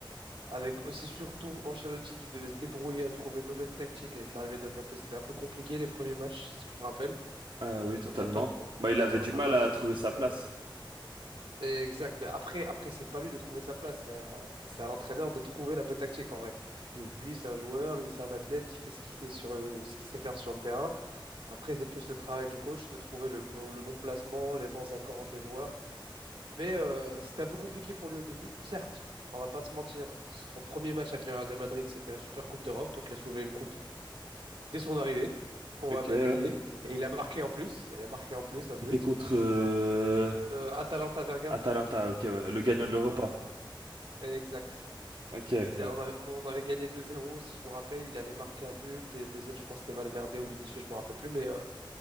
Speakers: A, on the right; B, on the right.
A: avec aussi surtout Ancelotti qui devait se débrouiller à trouver une nouvelle tactique avec l'arrivée de Mbappé. C'était un peu compliqué les premiers matchs, si tu te rappelles.
B: Ah oui, totalement.
A: On n'a pas, t- ouais,
B: Bah, il avait
A: on
B: du
A: n'a
B: mal
A: pas
B: à trouver sa place.
A: exact. Mais après, après, c'est pas lui de trouver sa place. C'est à c'est à l'entraîneur de trouver la bonne tactique en vrai.
B: Hmm.
A: Lui, c'est un joueur, il c'est un athlète, il fait ce qu'il fait sur euh, ce qu'il sait faire sur le terrain. Après, c'est plus le travail du coach de trouver le bon, le bon placement, les bons accords entre les joueurs. Mais euh, c'était un peu compliqué pour lui au début. Certes, on va pas se mentir, son premier match avec le Real de Madrid, c'était la Super Coupe d'Europe. Donc, il a soulevé une coupe dès son arrivée. On
B: Ok,
A: va pas
B: ouais.
A: nier. Et il a marqué en plus. Il avait marqué en plus un but.
B: C'était contre euh,
A: Euh, Atalanta Bergame.
B: Atalanta, ok, ouais. Le gagnant de l'Europa.
A: Ouais, exact.
B: Ok,
A: Ils
B: ouais.
A: a- on avait, on avait gagné 2-0, si je me rappelle. Il avait marqué un but. Et le deuxième, je pense, c'était Valverde ou Vinicius, je me rappelle plus. Mais euh,